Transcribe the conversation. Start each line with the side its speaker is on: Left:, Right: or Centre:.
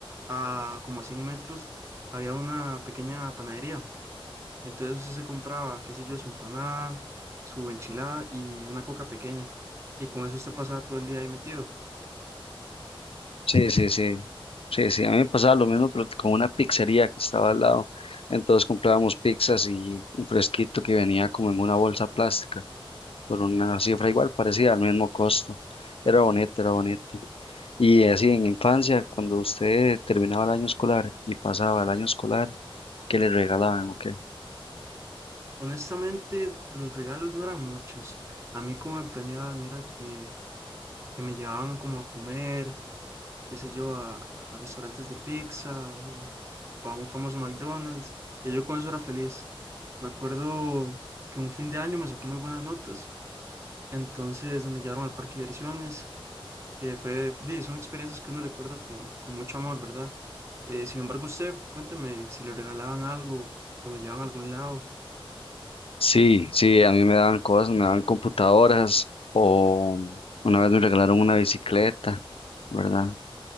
Right: a como a 100 metros había una pequeña panadería. Entonces usted se compraba, qué sé yo, su empanada, su enchilada y una coca pequeña. Y con eso usted pasaba todo el día ahí metido.
Left: Sí, sí, sí. Sí, sí, a mí me pasaba lo mismo, pero con una pizzería que estaba al lado. Entonces comprábamos pizzas y un fresquito que venía como en una bolsa plástica. por una cifra igual, parecida al mismo costo. Era bonito, era bonito. Y así en infancia, cuando usted terminaba el año escolar y pasaba el año escolar, ¿qué le regalaban o qué?
Right: Honestamente, los regalos no eran muchos. A mí como me premiaban era que, que me llevaban como a comer, qué sé yo, a, a restaurantes de pizza o, o a un famoso McDonald's. Y yo con eso era feliz. Me acuerdo que un fin de año me saqué muy buenas notas, entonces me llevaron al parque de diversiones, que fue, di, son experiencias que uno recuerda con, con mucho amor, ¿verdad? Eh, sin embargo, usted, cuénteme si le regalaban algo o lo llevaban a algún lado.
Left: Sí, sí, a mí me daban cosas, me daban computadoras o una vez me regalaron una bicicleta, ¿verdad?